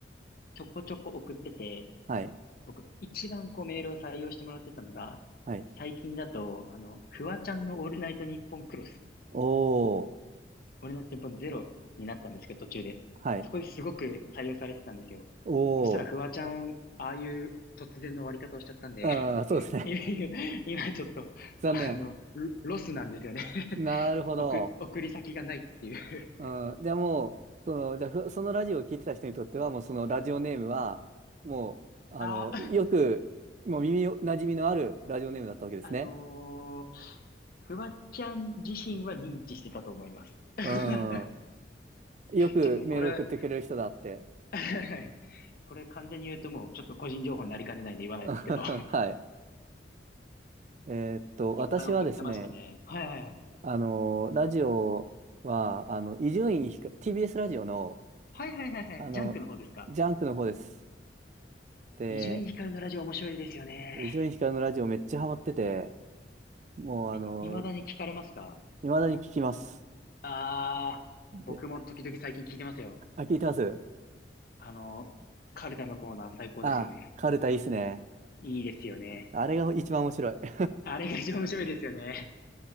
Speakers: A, on the left; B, on the right.
A: ちょこちょこ送ってて、
B: はい、
A: 僕一番こうメールを採用してもらってたのが、
B: はい。
A: 最近だと、あの、フワちゃんのオールナイトニッポンクロス、
B: おー、
A: オールナイトニッポンゼロになったんですけど、途中で。
B: はい、
A: そこですごく採用されてたんですよ。
B: おー。
A: そしたらフワちゃん、ああいう突然の終わり方をしちゃったんで、
B: あー、
A: <laughs>
B: そうですね。
A: 今今ちょっと、
B: <laughs> 残念。
A: あの、ロロスなんですよね。<laughs>
B: なるほど。
A: 送り、送り先がないっていう。
B: うん、じゃあもう、その、じゃあふそのラジオを聞いてた人にとっては、もうそのラジオネームは、もう、
A: <laughs>
B: あの、
A: あ、
B: よく、もう耳馴染みのあるラジオネームだったわけですね。
A: あのーフワちゃん自身は認知してたと思います。<laughs>
B: うん。よくメール送ってくれる人だって。
A: ちょっとね、これ <laughs> これ完全に言うともうちょっと個人情報になりかねないんで言わないですけど
B: <laughs> はい。えーっと、
A: <laughs> いっぱい送ってましたね。
B: 私はですね、
A: はいはいはい。
B: あの、ラジオは、あの、伊集院光、TBS ラジオの、
A: はいはいはいはい。
B: あの、
A: ジャンクの方ですか。
B: ジャンクの方です。で、
A: 伊集院光のラジオ面白いですよね。
B: 伊集院光のラジオめっちゃハマってて、もう、あの、
A: え、未だに聞かれますか
B: 未だに聞きます。
A: あー、
B: で、
A: 僕も時々最近聞いてますよ。
B: あ、聞いてます
A: あの、カルタのコーナー最高ですよね。
B: あ、カルタいいっすね。
A: いいですよね。
B: あれが一番面白い。<laughs>
A: あれが一番面白いですよね。